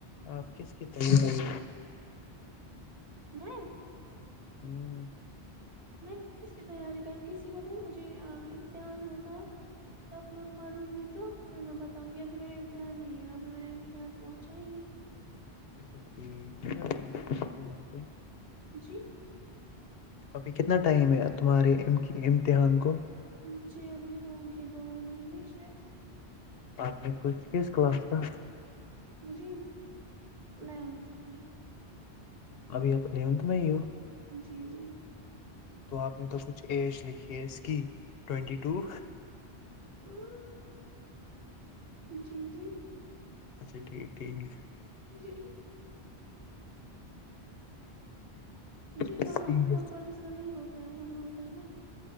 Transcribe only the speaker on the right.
جی
میں کس کی تیاری کروں کسی کو تو مجھے امتحان ہوگا تب میں پڑھوں گی تو پھر میں بتاؤں گی اب ابھی میرا امتحان نہیں ہے ابھی میرا امتحان پہنچا ہی نہیں
جی
مجھے ابھی ہوں گے دو مہینے شاید
مجھے ا اونتھ میں
جی جی
ا <inaudible> جی جی
جی جی
وہاں اتنا پرسن نہیں ہوتا ت ہونا ہوتا ہے نا